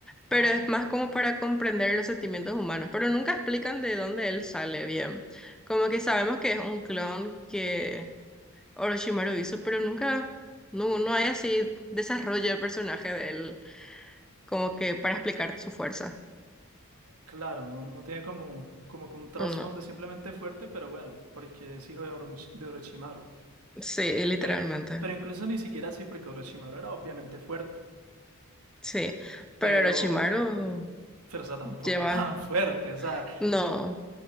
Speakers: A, in the centre; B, on the right (about 85°).
A: pero
B: Ajá.
A: es más como para comprender los sentimientos humanos, pero nunca explican de dónde él sale bien. Como que sabemos que es un clon que Orochimaru hizo, pero nunca, no, no hay así desarrollo de personaje de él como que para explicar su fuerza.
B: Claro, no, no tiene como, como que un trasfondo
A: No,
B: simplemente fuerte, pero bueno, porque es hijo de, Orochi- de Orochimaru.
A: sí, literalmente.
B: Pero, inc- pero incluso ni siquiera así, porque Orochimaru era obviamente fuerte.
A: Sí, pero
B: Pero,
A: Orochimaru
B: pero, o sea, tampoco
A: lleva,
B: tan fuerte. O sea,
A: no,